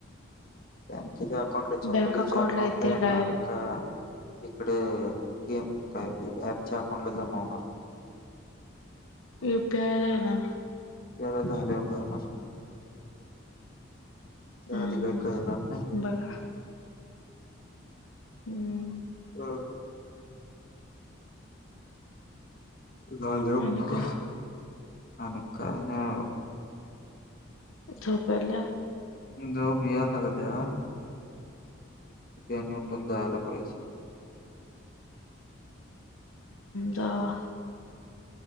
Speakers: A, on the left; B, on the left.
A: बँकेच्या अकाउंटला चकुलीच्या
B: बँक अकाउंटला
A: अकाउंटलाणार
B: येते डायरेक्ट
A: का? इकडे गेम काय अँपच्या अकाउंट ला जमा होणार. <inaudible>
B: युपीआयला येणार.
A: त्याला झाल्यावर कळणार. त्याआधी
B: हम्म
A: काही कळणार नाही.
B: बघा हम्म.
A: हा. झाल्यावर
B: आणि काय
A: आणि कळणार
B: झोप आल्या.
A: झोप यायला लागल्या. उद्या आणि उठून जायला पाहिजे.
B: दहा.